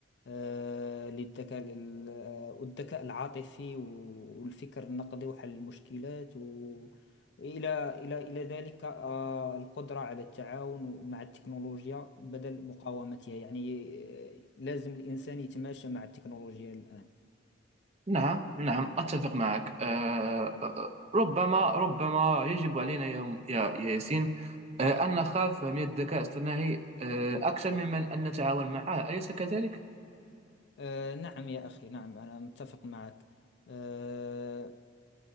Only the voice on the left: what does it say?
آه، للذكاء ال- آه، والذكاء العاطفي والفكر النقدي وحل المشكلات و- وإلى إلى إلى ذلك آه، القدرة على التعاون مع التكنولوجيا بدل مقاومتها يعني آه، لازم الإنسان يتماشى مع التكنولوجيا الآن
آه، نعم يا أخي نعم أنا متفق معك آه،